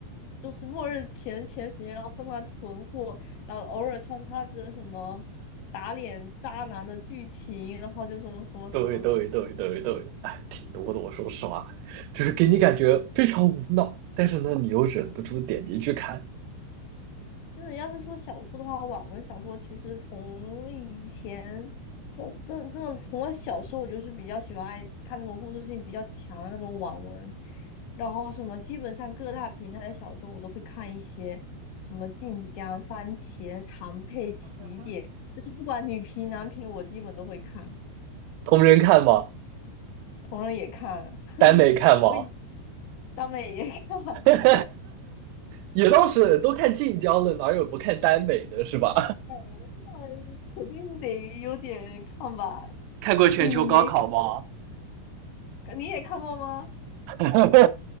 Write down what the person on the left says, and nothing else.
就是末日前前十年，然后疯狂囤货，然后偶尔穿插个什么打脸渣男的剧情，然后就什么什么什么，
真的
真的，要是说小说的话，网文小说其实从以前，这这这从我小时候，我就是比较喜欢爱看那种故事性比较强的那种网文，然后什么基本上各大平台的小说我都会看一些，什么晋江、番茄、长佩、起点，就是不管女频男频，我基本都会看，
同人也看，<laughs>
我以大美也看，<laughs>
哎呀，那肯定得有点看吧。
你没你也看过吗？